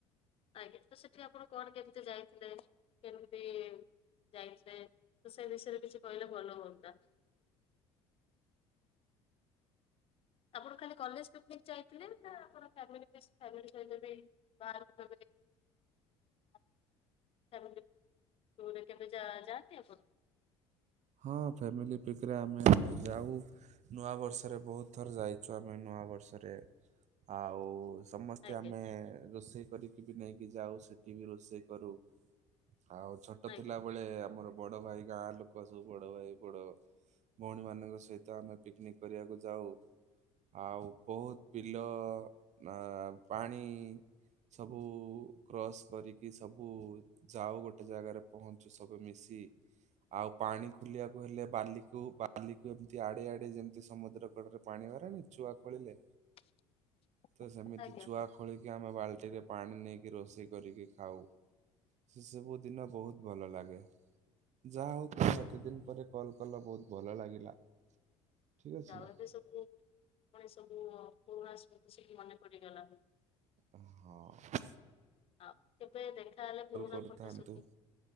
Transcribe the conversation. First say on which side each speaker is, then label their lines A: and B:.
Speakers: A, on the left (about 40°); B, on the right (about 50°).
A: ଆଜ୍ଞା ତ ସେଠି ଆପଣ କଣ କେମିତି ଯାଇଥିଲେ କେମିତି ଯାଇଥିଲେ ତ ସେଇ ବିଷୟରେ କିଛି କହିଲେ ଭଲ ହୁଅନ୍ତା। ଆପଣ ଖାଲି କଲେଜ ପିକନିକ ଯାଇଥିଲେ ନା ଆପଣ ଫ୍ୟାମିଲୀ <unintelligible> <unintelligible> ଫ୍ୟାମିଲୀ <unintelligible> କେବେ ଯା ଯାଆନ୍ତି ଆପଣ।
B: ହଁ ଫ୍ୟାମିଲି ପିକ ରେ ଆମେ ଯାଉ। ନୂଆ ବର୍ଷରେ ବୋହୁତ ଥର ଯାଇଛୁ ଆମେ ନୂଆ ବର୍ଷରେ ଆଉ ସମସ୍ତେ
A: ଆଜ୍ଞା
B: ଆମେ ରୋଷେଇ କରିକି <unintelligible> ନେଇକି ଯାଉ ସେଠି ବି ରୋଷେଇ କରୁ ଆଉ ଛୋଟ
A: ଆଜ୍ଞା
B: ଥିଲା ବେଳେ ଆମର ବଡ ଭାଇ ଗାଁ ଲୋକ ସବୁ ବଡ଼ ଭାଇ ବଡ଼ ଭଉଣୀ ମାନଙ୍କ ସହିତ ଆମେ ପିକନିକ କରିବାକୁ ଯାଉ। ଆଉ ବୋହୁତ ବିଲ ଆ ପାଣି। ସବୁ କ୍ରସ୍ କରିକି ସବୁ ଯାଉ ଗୋଟେ ଜାଗାରେ ପହଞ୍ଚୁ ସବୁ ମିଶି। ଆଉ ପାଣି ଖୋଲିବାକୁ ହେଲେ ବାଲିକୁ ବାଲିକୁ ଏମିତି ଆଡେଇ ଆଡେଇ ଯେମିତି ସମୁଦ୍ର କଡରେ ପାଣିିବାହାରେ ନି ଚୁଆ ଖୋଳିଲେ।
A: <inaudible>
B: ତ ସେମିତି
A: ଆଜ୍ଞା
B: ଚୁଆ ଖୋଳିକି ଆମେ ବାଲ୍ଟିରେ ପାଣି ନେଇକି ରୋଷେଇ କରିକି ଖାଉ। ସେ ସବୁ ଦିନ ବୋହୁତ ଭଲ ଲାଗେ ଯାହା ହୋଉ ଏତେ ଦିନ ପରେ କଲ୍ କଲ ବୋହୁତ ଭଲ ଲାଗିଲା। ଠିକ୍ ଅଛି
A: <unintelligible> ଏବେ
B: ନା
A: ସବୁ ପୁଣି ସବୁ ପୁରୁଣା ସ୍ମୁତି ସବୁ ମନେ ପଡିଗଲା।
B: ଅ ହଃ।
A: ଆଉ କେବେ ଦେଖାହେଲେ ପୁରୁଣା
B: କରୁଥାନ୍ତୁ
A: ଫଟୋ ସବୁ